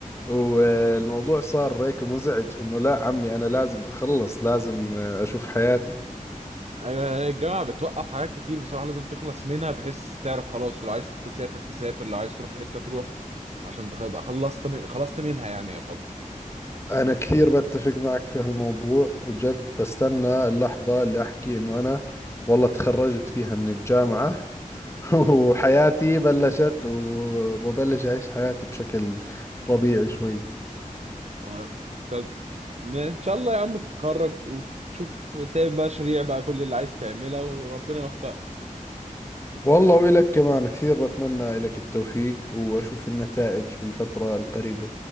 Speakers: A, on the left (about 20°); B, on the right (about 50°).
A: والموضوع صار هيك مزعج انه لا عمي انا لازم اخلص لازم آه، اشوف حياتي
B: ايوه الجامعه بتوقف حاجات كتير بصراحه لازم تخلص منها بحيث تعرف خلاص لو عايز تسافر تسافر لو عايز تروح في حته تروح عشان تبقى خلصت من... خلصت منها يعني يعتبر
A: انا كثير بتفق معك في هالموضوع وجد بستنى اللحظة اللي احكي انه انا والله تخرجت فيها من الجامعة <laughs> وحياتي بلشت وببلش اعيش حياتي بشكل طبيعي شوي
B: آه، كان- ما- ان شاء الله يا عم تتخرج وتشوف وتعمل بقى شريع بقى كل اللي عايز تعملها وربنا يوفقك
A: والله وإلك كمان كثير بتمنى لك التوفيق وأشوف النتائج بالفترة القريبة